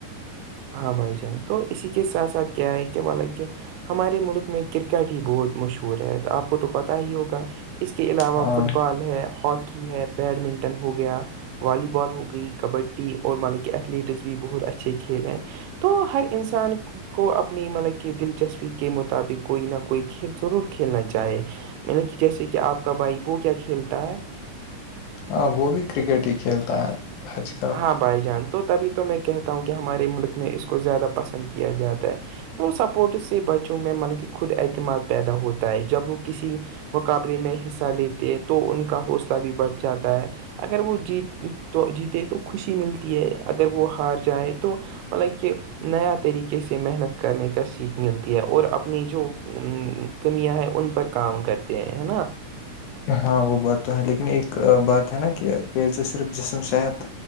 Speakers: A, on the right (about 85°); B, on the left (about 80°).
A: ہاں بھائی جان تو اسی کے ساتھ ساتھ کیا ہے کہ مطلب کہ ہمارے ملک میں کرکٹ ہی بہت مشہور ہے تو آپ کو تو پتہ ہی ہوگا اس کے علاوہ
B: ہاں
A: فٹ بال ہے ہاکی ہے بیڈمنٹن ہو گیا والی بال ہو گئی کبڈی اور مطلب کی ایتھلیٹس بھی بہت اچھے کھیل ہیں تو ہر انسان کو کو اپنی مطلب کی دلچسپی کے مطابق کوئی نہ کوئی کھیل ضرور کھیلنا چاہے مطلب کی جیسے کہ آپ کا بھائی وہ کیا کھیلتا ہے
B: ہاں وہ بھی کرکٹ ہی کھیلتا ہے آج کل
A: ہاں بھائی جان تو تبھی تو میں کہتا ہوں کہ ہمارے ملک میں اس کو زیادہ پسند کیا جاتا ہے تو سپورٹس سے بچوں میں مطلب کی خود اعتماد پیدا ہوتا ہے جب وہ کسی مقابلے میں حصہ لیتے ہیں تو ان کا حوصلہ بھی بڑھ جاتا ہے اگر وہ جیت تو جیتے تو خوشی ملتی ہے اگر وہ ہار جائے تو مطلب کہ نیا طریقے سے محنت کرنے کا سیکھ ملتی ہے اور اپنی جو کمیاں ہے ان پر کام کرتے ہیں ہے نا
B: ہاں وہ بات تو ہے لیکن ایک بات ہے نا کہ کھیل سے صرف جسم صحت